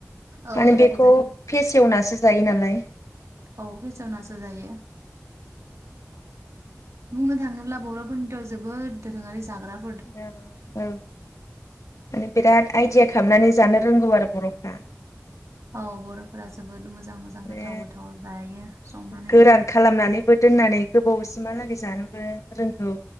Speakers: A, on the right; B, on the left.
A: औ
B: माने
A: एम्फौ
B: बेखौ
A: जायो
B: फेसेवनासो जायो नालाय।
A: औ फेसेवनासो जायो। बुंनो थाङोब्ला बर'फोरनिथ' जोबोद दोरोङारि जाग्रा
B: ओं औ माने बिराद आइदिया खालामनानै जानो रोंगौ आरो बर'फ्रा।
A: औ बर'फोरा जोबोद मोजां मोजां
B: माने
A: गोथाव गोथाव जायो संनानै।
B: गोरान खालामनानैबो दोननानै गोबावसिमहालागै जानोबो रोंगौ।